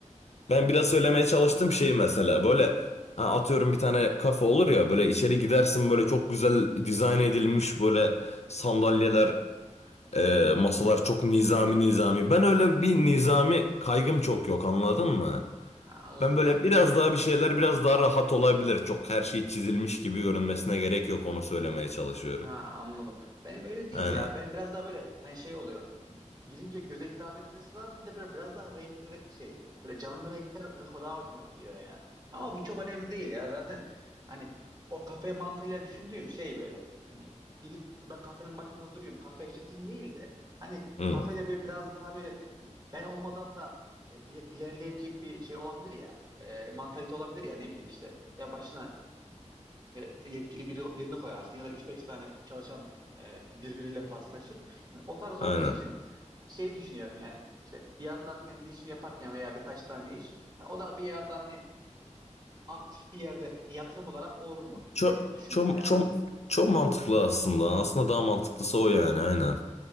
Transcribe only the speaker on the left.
Ben biraz söylemeye çalıştım şey mesela böyle ha atıyorum bir tane kafe olur ya böyle içeri gidersin böyle çok güzel dizayn edilmiş böyle sandalyeler e, masalar
çok nizami nizami. Ben öyle bir nizami kaygım çok yok anladın mı?
Ben böyle biraz daha bir şeyler biraz daha rahat olabilir. Çok her şey çizilmiş gibi görünmesine gerek yok onu söylemeye çalışıyorum.
Aynen.
Hı,
aynen.
Çok
çok
çok çok mantıklı aslında. Aslında daha mantıklısı o yani aynen.